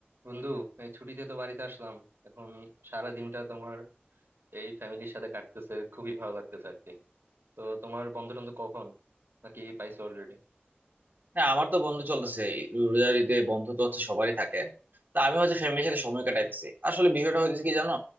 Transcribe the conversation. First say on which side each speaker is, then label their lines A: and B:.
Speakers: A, on the right; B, on the right.
A: বন্ধু এই ছুটিতে তো বাড়িতে আসলাম এখন সারা দিনটা তোমার এই ফ্যামিলির সাথে কাটতেছে খুবই ভালো লাগতেছে আর কি তো তোমার বন্ধ টন্ধ কখন নাকি পাইছো অলরেডি
B: হ্যাঁ আমার তো বন্ধ চলতেছে এই রোজার ঈদে বন্ধ তো হচ্ছে সবারই থাকে তা আমি হচ্ছে ফ্যামিলির সাথে সময় কাটাইতেছি আসলে বিষয়টা হচ্ছে কি জানো